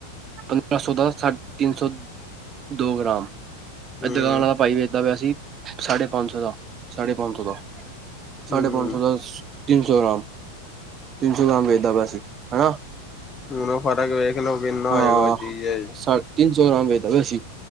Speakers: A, on the right; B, on the left.
A: ਪੰਦਰਾਂ ਸੌ ਦਾ ਸਾਢੇ ਤਿੰਨ ਸੌ ਗ੍ਰਾਮ
B: ਹੂੰ
A: ਇਧਰ ਵਾਲਾ ਦੁਕਾਨ ਵਾਲਾ ਭਾਈ ਵੀ ਵੇਚਦਾਂ ਪਿਆ ਸੀ, ਸਾਢੇ ਪੰਜ ਸੌ ਦਾ, ਸਾਢੇ ਪੰਜ ਸੌ ਦਾ। ਸਾਢੇ
B: ਹੂੰ
A: ਪੰਜ ਸੌ ਦਾ ਤਿੰਨ ਸੌ ਗ੍ਰਾਮ, ਤਿੰਨ ਸੌ ਗ੍ਰਾਮ ਵੇਚਦਾ ਪ ਸੀ। ਹਨਾ
B: ਨ ਫਰਕ ਵੇਖ ਲਓ, ਕਿਨਾ
A: ਹਾਂ
B: ਹੋਏਗਾ ਉਹ ਚੀਜ਼ 'ਚ
A: ਸਾ ਤਿੰਨ ਸੌ ਗ੍ਰਾਮ ਵੇਚਤਾ ਪਿਆ ਸੀ,